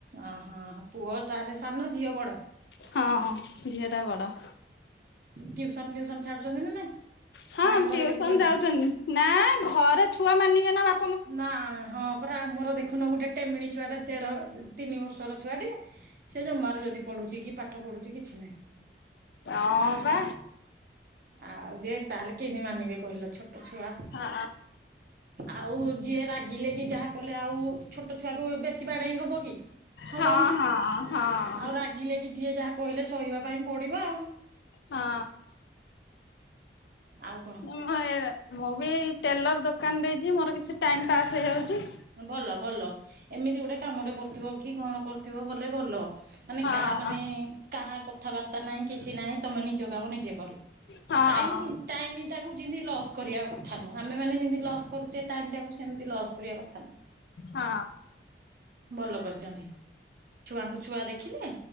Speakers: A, on the right (about 50°); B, on the left (about 70°).
A: ଓହୋ ପୁଅ ତା ହେଲେ ସାନ ଝିଅ ବଡ।
B: ହଁ ଝିଅ ଟା ବଡ।
A: ଟିଉସନ ଫିଉସନ ଛାଡୁଛନ୍ତି ନା ନାଇଁ।
B: ହଁ
A: ନା ଘରେ
B: ଟିଉସନ
A: ଦେଖୁଛନ୍ତି?
B: ଯାଉଛନ୍ତି ନା ଘରେ ଛୁଆ ମାନିବେ ନା ବା
A: ନା ହଁ ପୁରା ଆମର ଦେଖୁନ ଗୋଟେ ଟେମିିଣି ଛୁଆଟେ ଦେଢ ତିି ତିନି ବର୍ଷର ଛୁଆ ଟିକେ ସେ ଜମାରୁ ଯଦି ପଢୁଛି କି ପାଠ ପଢୁଛି କିଛି ନାହିଁ।
B: ହଁ ବା।
A: ଆଉ ଯେ ତାହେଲେ କେଁତି ମାନିବେ କହିଲ ଛୋଟ ଛୁଆ।
B: ହଁ
A: ଆଉ ଯିଏ ରାଗିଲେ କି ଯାହା କଲେ ଆଉ ଛୋଟ ଛୁଆ କୁ ବେଶୀ ବାଡ଼େଇ ହବ କି? ହବନି
B: ହଁ ହଁ। ହଁ।
A: ଆଉ ରାଗିଲେ କି ଯିଏ ଯାହା କହିଲେ ସହିବା ପାଇଁ ପଡିବ ଆଉ।
B: ହଁ।
A: ଆଉ କଣ
B: ମୁ ମୋ। ମୁଁ ବି ଏଇ ଟେଲର ଦୋକାନ ଦେଇଛି ମୋର କିଛି ଟାଇମ ପାସ୍ ହେଇଯାଉଛି।
A: ଭଲ ଭଲ ଏମିତି ଗୋଟେ କାମଟେ କରଥିବ କି କଣ କରୁଥିବ ଭଲେ ଭଲ। ମାନେ
B: ହଁ
A: କାହା ମାନେ କାହା କଥାବାର୍ତ୍ତା ନାହିଁ କିଛି ନାହିଁ ତମେ ନିଜ କାମ ନିଜେ କଲ।
B: ହଁ
A: ଟାଇମ ଟାଇମଟାକୁ ଯିଁତି ଲସ୍ କରିବା କ କଥାନୁହଁ ଆମେମାନେ ଯେମତି ଲସ୍ କରୁଛେ ଟାଇମଟାକୁ ସେମିତି ଲସ୍ କରିବା କ --
B: ହଁ।
A: ନୁହଁ। ଭଲ କରିଛନ୍ତି ଛୁଆଙ୍କୁ ଛୁଆ ଦେଖିଲେ।